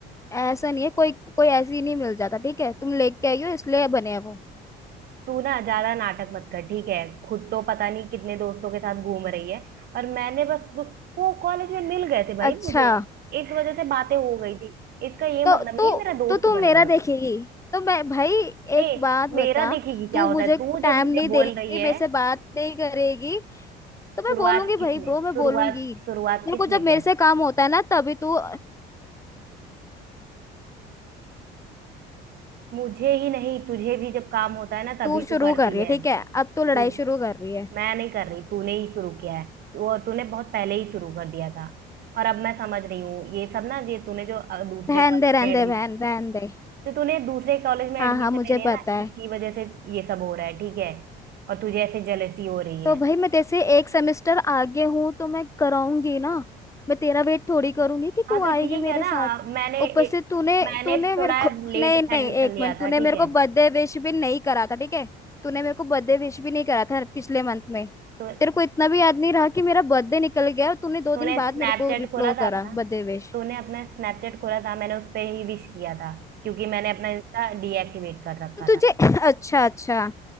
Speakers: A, on the left; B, on the right.
A: ऐसा नहीं है कोई कोई ऐसी नहीं मिल जाता ठीक है तुम लेके आई हो इसलिए बने हैं वो
B: तू ना ज्यादा नाटक मत कर ठीक है खुद तो पता नहीं कितने दोस्तों के साथ घूम रही है और मैंने बस वो वो कॉलेज में मिल गए थे
A: अच्छा
B: भाई मुझे इस वजह से बातें हो गई थी इसका ये मतलब
A: तो तो
B: नहीं है मेरा दोस्त
A: तो तू
B: बन
A: मेरा
B: गया
A: देखेगी
B: वो
A: तो मैं भाई
B: ए
A: एक बात बता
B: मेरा देखेगी क्या
A: तू
B: होता
A: मुझे
B: है तू
A: टाइम
B: जब मुझे
A: नहीं
B: बोल
A: देगी
B: रही है
A: मेरे से बात नहीं करेगी तो मैं
B: शुरुआत
A: बोलूंगी भाई
B: किसने
A: ब्रो मैं
B: शुरुआत
A: बोलूंगी
B: शुरुआत
A: तेरे
B: किसने
A: को जब मेरे
B: किया
A: से
B: था
A: काम होता है ना तभी तू
B: मुझे ही नहीं तुझे भी जब काम होता है ना तभी
A: तू
B: तू
A: शुरू
B: करती
A: कर रही
B: है
A: है ठीक है अब तू लड़ाई
B: तू
A: शुरू कर रही है
B: मैं नहीं कर रही तूने ही शुरू किया है वो तूने बहुत पहले ही शुरू कर दिया था और अब मैं समझ रही हूँ ये सब ना ये तूने जो अ, दूसरे
A: रहन
B: कॉलेज
A: दे रहन
B: में एडमिशन
A: दे बहन रहन दे
B: तो तूने दूसरे कॉलेज में
A: हाँ
B: एडमिशन
A: हाँ मुझे
B: ले लिया
A: पता
B: ना
A: है
B: इसी वजह से ये सब हो रहा है ठीक है और तुझे ऐसे जलसी हो रही
A: तो
B: है
A: भाई मैं जैसे एक सेमेस्टर आगे हूँ तो मैं कराऊंगी ना मैं तेरा वेट थोड़ी करूंगी कि
B: हाँ
A: तू
B: तो
A: आएगी
B: ठीक
A: मेरे
B: है ना
A: साथ
B: मैंने
A: ऊपर
B: ए-
A: से तूने
B: मैंने
A: तूने मेरे
B: थोड़ा
A: को
B: लेट
A: नहीं नहीं
B: एडमिशन
A: एक
B: लिया
A: मिनट तूने
B: था ठीक
A: मेरे
B: है
A: को बर्थडे विश भी नहीं करा था ठीक है तूने मेरे को बर्थडे विश भी नहीं करा था पिछले मंथ में
B: तो
A: तेरे को इतना भी याद नहीं रहा कि मेरा बर्थडे निकल गया और तूने दो
B: तूने
A: दिन बाद
B: स्नैपचैट
A: मेरे को रिप्लो
B: खोला था
A: करा
B: अपना
A: बर्थडे विश
B: तूने अपना स्नैपचैट खोला था मैंने उस पर ही विश किया था क्योंकि मैंने अपना इंस्टा डीएक्टिवेट कर रखा
A: तो
B: था
A: तुझे <clears throat> अच्छा अच्छा